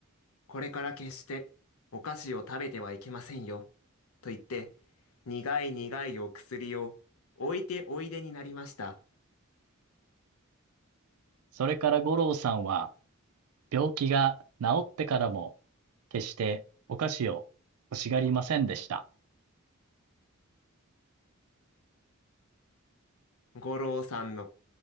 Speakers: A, on the left; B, on the right.
A: これから決してお菓子を食べてはいけませんよ。と言って、苦い苦いお薬を置いておいでになりました。
B: それから五郎さんは、病気が治ってからも、決してお菓子を欲しがりませんでした。
A: 五郎さんの、